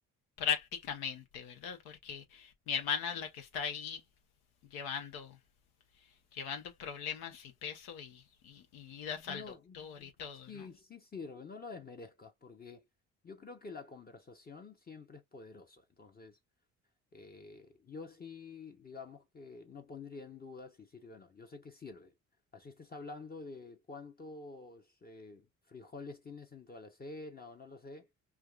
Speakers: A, on the left; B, on the left.
A: prácticamente, ¿verdad? Porque mi hermana es la que está ahí llevando, llevando problemas y peso y, y, y idas
B: No,
A: al doctor y todo,
B: sí,
A: ¿no?
B: sí sirve, no lo desmerezcas porque yo creo que la conversación siempre es poderosa, entonces... Eh, yo sí, digamos que no pondría en duda si sirve o no. Yo sé que sirve. Así estés hablando de cuántos eh, frijoles tienes en tu alacena o no lo sé.